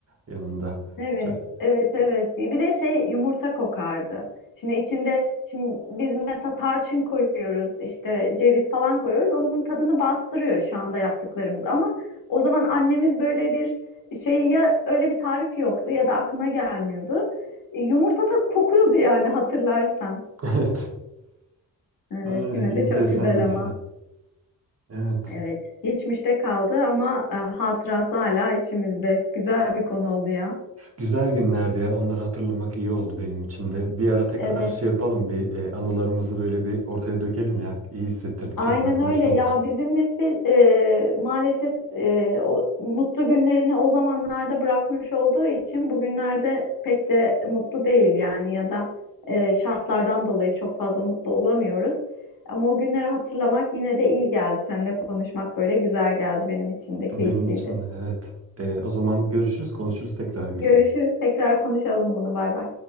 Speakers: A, on the right; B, on the left.
A: yanında.
B: Evet,
A: Çay. <laughs>
B: evet, evet. Bir de şey yumurta kokardı. Şimdi içinde, şimdi biz mesela tarçın koyuyoruz, işte ceviz falan koyuyoruz. Onun tadını bastırıyor şu anda yaptıklarımız. Ama o zaman annemiz böyle bir şey ya öyle bir tarif yoktu ya da aklına gelmiyordu. E, Yumurta da kokuyordu yani hatırlarsan.
A: Evet.
B: Evet,
A: Ay,
B: yine de
A: enteresan
B: çok güzel
A: günlerdi.
B: ama.
A: Evet.
B: Evet, geçmişte kaldı ama e, hatırası hala içimizde. Güzel bir konu oldu ya.
A: Güzel günlerdi ya. Onları hatırlamak iyi oldu benim için de. Bir ara tekrar
B: Evet.
A: şey yapalım. Bir e, anılarımızı böyle bir ortaya dökelim ya. İyi hissettirdi.
B: Aynen
A: Tekrar konuşalım.
B: öyle ya bizim nesil e, maalesef e, o, mutlu günlerini o zamanlarda bırakmış olduğu için bugünlerde pek de mutlu değil yani ya da e, şartlardan dolayı çok fazla mutlu olamıyoruz. Ama o günleri hatırlamak yine de iyi geldi. Seninle konuşmak böyle güzel geldi benim için de keyifliydi.
A: Benim için de evet. Ee, o zaman görüşürüz, konuşuruz tekrar
B: Görüşürüz
A: Gülis.
B: tekrar konuşalım bunu bay bay.